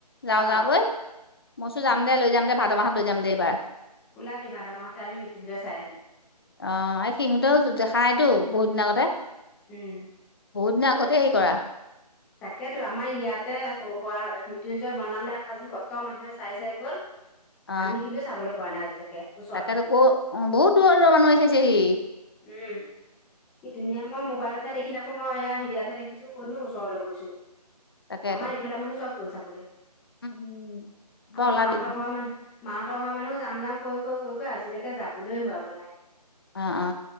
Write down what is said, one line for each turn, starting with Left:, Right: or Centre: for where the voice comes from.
Left: যাওঁ
Centre: অ
Left: যাওঁকৈ মইছো যাম দে লৈ যাম দে ভাদ মাহত লৈ যাম দে এইবাৰ
Centre: ওলাবি ভাদ মাহতে আমি মৃত্যুঞ্জয় চাই আহিম
Left: অ এই সিহঁতেও দেখাই টো বহুত দিন আগতে
Centre: উম
Left: বহুত দিনৰ আগতে হেৰি কৰা
Centre: তাকেতো আমাৰ ইয়াতে হো হোৱা মৃত্যুঞ্জয় বনালে আজি কত মানুহে চাই চাই গ'ল
Left: অ
Centre: আমি কিন্তু চাবলে পোৱা নাই আজিলেকে ওচৰত
Left: তাকেতো
Centre: থাকি
Left: ক বহুত দূৰৰ দূৰৰ মানুহ আহিছে চাইছেহি
Centre: উম কি ধুনীয়া মই মোবাইলতেহে দেখি থাকো মই এয়া হেৰিয়হে দেখিছো ক'তনো ওচৰলৈ গৈছো
Left: তাকেতো
Centre: আমাৰ এইফালৰ মানুহ চব গ'ল চাবলৈ
Left: উম উম
Centre: আমাৰ
Left: তই ওলাবি
Centre: মাহতৰ ঘৰৰ মানুহ মাহঁতৰ ঘৰ মানুহো যাম যাম কৈ কৈ কৈ কৈ আজিলেকে যাবলৈ হোৱাগৈ নাই
Left: অ অ